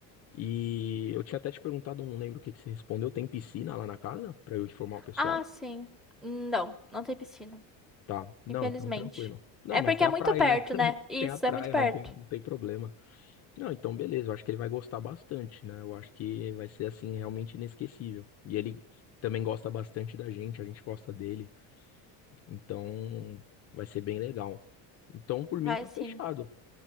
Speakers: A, on the left (about 40°); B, in the centre.
A: E eu tinha até te perguntado, não lembro o que que você respondeu. Tem piscina lá na casa Pra eu informar o pessoal?
B: Ah, sim. Não, não tem piscina,
A: Tá. Não,
B: infelizmente.
A: então tranquilo. Não,
B: É
A: mas
B: porque
A: tem
B: é
A: a
B: muito
A: praia,
B: perto,
A: né? <laughs>
B: né? Isso,
A: Tem a praia,
B: é muito perto.
A: não tem, não tem problema. Não, então beleza. Eu acho que ele vai gostar bastante, né? Eu acho que vai ser assim realmente inesquecível. E ele também gosta bastante da gente, a gente gosta dele. Então vai ser bem legal. Então por
B: Vai
A: mim tá
B: sim.
A: fechado.